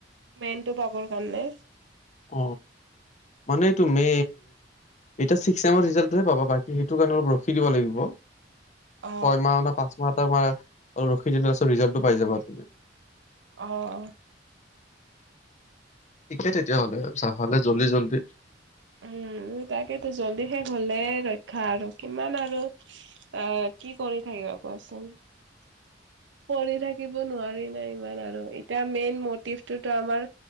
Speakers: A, on the right (about 75°); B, on the left (about 40°).
A: মেইনটো পাবৰ কাৰণে
B: অ মানে তুমি এতিয়া ছিক্স ছেমৰ ৰিজাল্টটোহে পাবা বাকী সেইটো কাৰণে অলপ ৰখি দিব লাগিব
A: অ
B: ছয় মাহ পাঁচ মাহ এটা ৰখি দিলে ৰিজাল্টটো পাই যাবা তুমি
A: অ
B: ঠিকে তেতিয়াহ'লে চাহলে জল্দি জল্দি
A: উম তাকেইতো জল্দি শেষ হলে ৰক্ষা আৰু কিমান আৰু অ কি কৰি থাকিবা কোৱাচোন পঢ়ি থাকিব নোৱাৰিম ইমান আৰু এতিয়া মেইন মটিভটোতো আমাৰ